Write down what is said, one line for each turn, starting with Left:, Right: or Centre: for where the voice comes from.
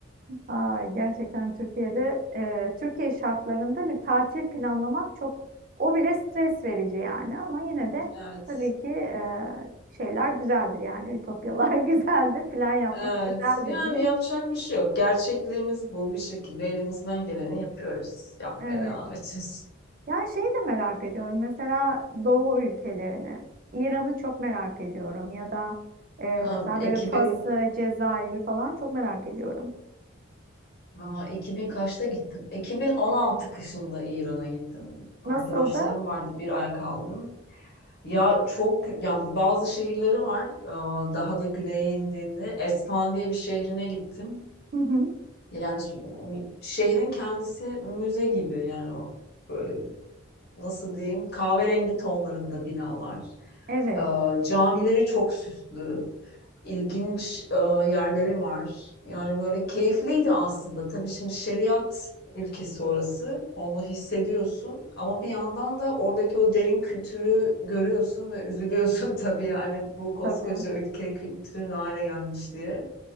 Right: Ay, gerçekten Türkiye'de e, Türkiye şartlarında bir tatil planlamak çok o bile stres verici yani ama yine de
Left: Evet.
Right: tabii ki e, şeyler güzeldir yani ütopyalar <laughs> güzeldir plan yapmak
Left: Evet,
Right: güzeldir
Left: yani
Right: diye.
Left: yapacak bir şey yok. Gerçekliğimiz bu. Bir şekilde elimizden geleni yapıyoruz. Yapmaya
Right: Evet.
Left: devam edeceğiz.
Right: Yani şeyi de merak ediyorum mesela Doğu ülkelerini İran'ı çok merak ediyorum ya da e,
Left: Ha,
Right: mesela böyle Fas'ı,
Left: 2000,
Right: Cezayir'i falan çok merak ediyorum.
Left: aa, 2000 kaçta gittim? 2016 kışında İran'a gittim. Arkadaşlarım
Right: Nasıldı?
Left: vardı, bir ay kaldım. Ya çok ya bazı şehirleri var. Ee, Daha da güneye indiğinde Esfahan diye bir şehrine gittim.
Right: Hı hı.
Left: Yani s- şehrin kendisi müze gibi yani o böyle nasıl diyeyim kahverengi tonlarında binalar.
Right: Evet
Left: Ee, Camileri çok süslü ilginç e, yerleri var. Yani böyle keyifliydi aslında. Tabii şimdi şeriat ülkesi orası. Onu hissediyorsun ama bir yandan da oradaki o derin kültürü görüyorsun ve üzülüyorsun <laughs> tabii yani bu koskoca
Right: tabii.
Left: ülke kültürün hale gelmiş diye.